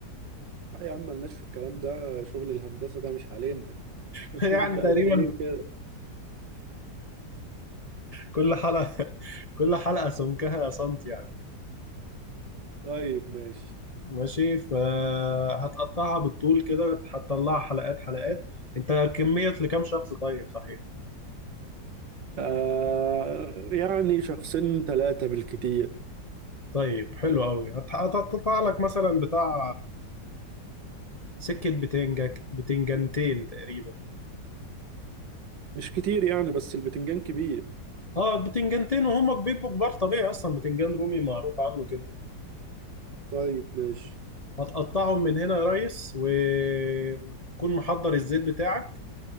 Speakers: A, on the right; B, on the left.
A: اه يا عم ملناش في الكلام ده شغل الهندسة ده مش علينا <laughs>
B: <laughs> يعني
A: ده
B: تقريبا
A: قد ايه كده
B: كل حلقة كل حلقة سمكها سنتي يعني
A: طيب ماشي
B: ماشي فهتقطعها بالطول كده هتطلعها حلقات حلقات انت كمية لكام شخص طيب صحيح
A: آه يعني شخصين ثلاثة بالكتير
B: طيب حلو قوي هت- هتقطع لك مثلا بتاع سكة بتنجة بتنجنتين تقريبا
A: مش كتير يعني بس البتنجان كبير
B: اه البتنجنتين وهم بيبقوا كبار طبيعي اصلا بتنجان رومي معروف عنه كده
A: طيب ماشي
B: هتقطعهم من هنا يا ريس و... وتكون محضر الزيت بتاعك